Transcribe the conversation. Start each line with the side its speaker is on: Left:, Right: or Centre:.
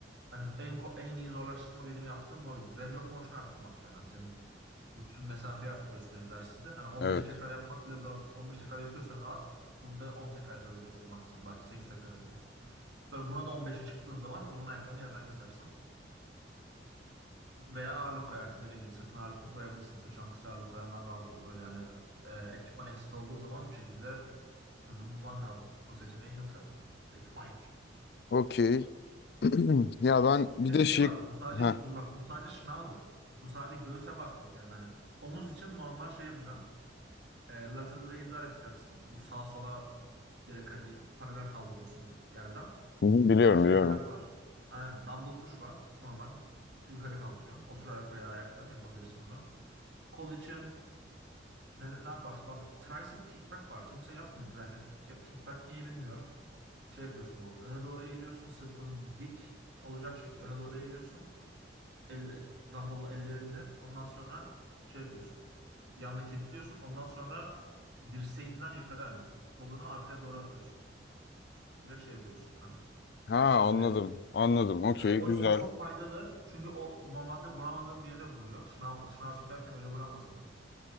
Right: Hani en ko- en iyi zorlaştırma benim yaptığım oydu. Range of motion arttırmak yani. Hani senin bu tüm mesafeyi arttırıyorsun egzersizde. Hani 15
Left: evet.
Right: tekrar yapmak bile zor. 15 tekrar yapıyorsan rahat. Bunda 10 tekrar yapabileceksin maksimum. Belki 8 tekrar yapacaksın. Sonra buna da 15'e çıktığın zaman o zaman ayaklarını yerden kesersin. Veya ağırlık koyarsın dediğim gibi. Sırtına ağırlık koyabilirsin. Sırt çantasına ağırlık koyanlar vardı. Öyle yani e, ekipman eksik olduğu zaman bir şekilde çözüm bulman lazım. Çok seçeneğin yok zaten. Ekipman yok çünkü.
Left: Okey. <clears throat> Ya ben bir
Right: Bir
Left: de
Right: şey
Left: şey...
Right: var bak bu sadece
Left: Heh.
Right: bu, bak bu sadece şınavdı. Bu sadece göğüse baktık yani hani omuz için normal şey yapacaksın. E, lateral raise'ler yapacaksın. Bu sağa sola direkt hani paralel kaldırıyorsun yerden.
Left: Hı hı, Biliyorum
Right: e, şeyler
Left: biliyorum.
Right: var. Aynen, dumbbell push var. Normal yukarı kaldırıyorsun. Oturarak veya ayakta yapabilirsin onu. Kol için ne, ne yaparsın? Bak tricep kickback var. Kimse yapmıyor tricep kick- kickback. Niye bilmiyorum. Şey yapıyorsun bu. Öne doğru eğiliyorsun. Sırtın dik olacak şekilde öne doğru eğiliyorsun. Elle, dumbbell ellerinde. Ondan sonra şey yapıyorsun. Yanda kilitliyorsun. Ondan sonra dirseğinden yukarı hani kolunu arkaya doğru atıyorsun. Direkt şey yapıyorsun. Hani
Left: Ha
Right: o şekilde
Left: anladım.
Right: yapıyorsun.
Left: Anladım. Okey
Right: O,
Left: güzel.
Right: o çok faydalı. Çünkü o normalde vuramadığın bir yere vuruyor. Şınav, şınav çekerken öyle vuramazsın.